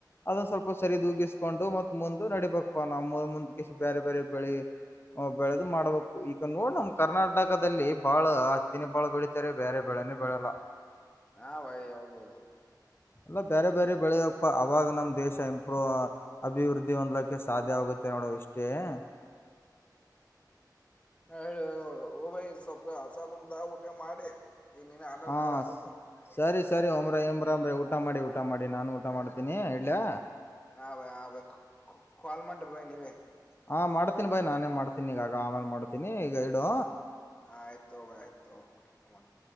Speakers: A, on the left (about 30°); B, on the left (about 15°).
A: ಅದನ್ನ ಸ್ವಲ್ಪ ಸರಿದೂಗಿಸ್ಕೊಂಡು ಮತ್ತ ಮುಂದ ನಡಿಬೇಕ ಪ್ಪ ನಾ ಮೂ ಮುಂದಕ್ಕೆ ಬೇರೆ ಬೇರೆ ಬೆಳಿ ಬೆಳೆದು ಮಾಡ್ಬೇಕು ಈಗ ನೋಡ್ ನಮ ಕರ್ನಾಟಕದಲ್ಲಿ ಬಾಳ ಹತ್ತಿನ ಬಾಳ ಬೆಳೀಿತಾರೆ ಬೇರೆ ಬೆಳೆ. ನ್ನಿ ಬಿಡಲ್ಲ.
B: ಹಾ ಭಾಯ್ ಹೌದ ಹೌದು
A: ಅಲ್ಲ ಬೇರೆ ಬೇರೆ ಬೆಳೆಯಪ್ಪ ಅವಾಗ ನಮ್ ದೇಶ ಇಂಪ್ರ ಅಭಿವೃದ್ಧಿ ಹೊಂದ್ಕ್ಕೆ ಸಾಧ್ಯ ಆಗುತ್ತೆ ಮತ್ತ ನೋಡೋ ಇಷ್ಟೇ <inaudible>
B: ಹ ಹಬ್ ಸ್ವಪ ಹಸಗುಂದ ಊಟೆ ಮಾಡಿ ಈ ನೀನ ಅಮಲ್
A: ಹ
B: ಕಾಲ್ ಆಚತು
A: ಸರಿ ಸರಿ ಒಂಬ್ರ ಇಂಬ್ರ ಅಂಬ್ರ ಊಟ ಮಾಡಿ ಊಟ ಮಾಡಿ ನಾನು ಊಟ ಮಾಡ್ತೀನಿ ಇಯಾ
B: ನಾ ಭಯ ಹ ಭ ಕಾಲ್ ಮಾಡ್ರಿ ಬಯಿ ನೀವೇ
A: ಹಾ ಮಾಡ್ತೀನಿ ಬಾಯ್ ನಾನೇ ಮಾಡ್ತೀನಿ ಈಗಗ ಆಮೇಲೆ ಮಾಡ್ತೀನಿ ಈಗ ಗೈಡು
B: ಆ ಆಯ್ತು ಹೋಗ ಆಯ್ತು ಊಟ ಆ ನ ಮಾಡೋಣ